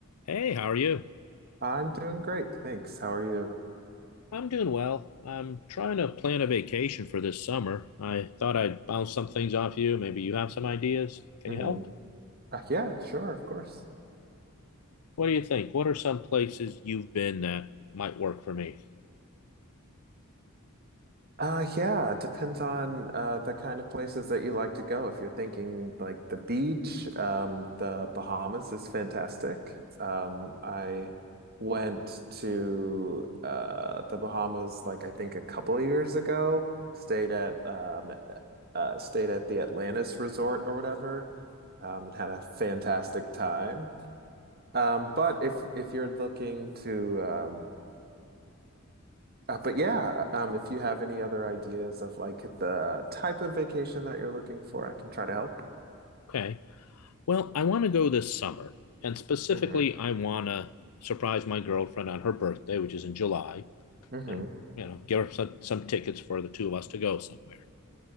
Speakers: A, on the left; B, on the right.
A: Hey, how are you?
B: I'm doing great, thanks. How are you?
A: I'm doing well. I'm trying to plan a vacation for this summer. I thought I'd bounce some things off you. Maybe you have some ideas. Can
B: Hmm.
A: you help?
B: Uh, yeah, sure, of course.
A: What do you think? What are some places you've been that might work for me?
B: Uh, yeah, it depends on uh, the kind of places that you like to go. If you're thinking like the beach, um, the Bahamas is fantastic. Um, I went to uh, the Bahamas like I think a couple of years ago. Stayed at um, uh, stayed at the Atlantis Resort or whatever. Um, and had a fantastic time. Um, but if if you're looking to um uh, but yeah, uh, um if you have any other ideas of like the type of vacation that you're looking for, I can try to help.
A: Okay. Well, I want to go this summer. And specifically,
B: hmm
A: I want to surprise my girlfriend on her birthday, which is in July,
B: hmm
A: and, you know, give her some, some tickets for the two of us to go somewhere.